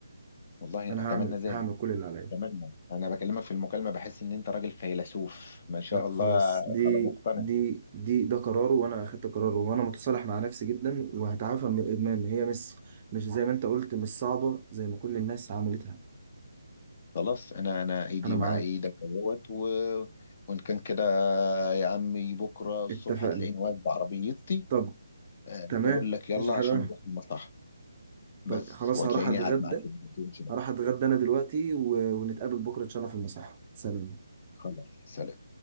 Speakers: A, on the left; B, on the right.
A: والله
B: أنا
A: اتمنى
B: هعمل
A: ذلك
B: هعمل كل اللي عليا
A: اتمنى انا بكلمك في المكالمه بحس ان انت راجل فيلسوف ما شاء
B: لا
A: الله
B: خلاص دي
A: خلاص مقتنع
B: دي دي ده قرار وانا اخدت قراره وانا متصالح مع نفسي جدا وهتعافى من الادمان هي مش مش زي ما انت قلت مش صعبه زي ما كل الناس عملتها
A: خلاص انا انا ايدي
B: انا معاك
A: مع ايدك اهوت و... وان كان كده يا عمي بكره الصبح
B: اتفقنا
A: هتلاقيني واقف بعربيتي
B: طب
A: أه
B: تمام
A: بقول لك يلا
B: مش حاجه
A: عشان
B: آه،
A: نروح المصح بس
B: طب خلاص
A: وهتلاقيني
B: هروح اتغدى
A: قاعد معاك في البيت.
B: هروح اتغدى انا دلوقتي و... ونتقابل بكره ان شاء الله في المساحه سلام
A: خلاص سلام